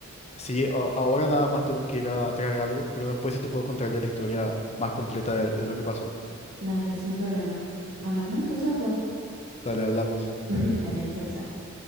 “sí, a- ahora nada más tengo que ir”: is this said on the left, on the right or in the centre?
Left